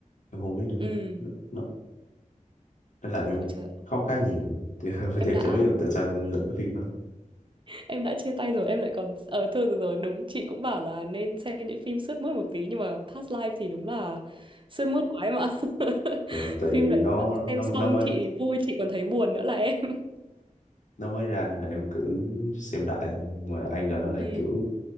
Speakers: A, on the left; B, on the right.
A: em không biết nữa
B: Ừ.
A: nó, nó nó làm em
B: Ôi trời ơi,
A: khóc khá nhiều <laughs> thì
B: em
A: em
B: đã
A: chả biết tại sao em lựa cái phim đó
B: em đã chia tay rồi em lại còn ờ thôi rồi rồi đúng chị cũng bảo là nên xem những phim sướt mướt một tí nhưng mà Past Life thì đúng là sướt mướt quá em ạ <laughs>
A: Được, tại
B: phim
A: vì nó
B: đấy xem
A: nó
B: xong
A: nó mới
B: chị vui chị còn thấy buồn nữa là em <laughs>
A: nó mới ra nên là em cứ xem đại thôi nhưng mà ai ngờ nó lại
B: ừ
A: kiểu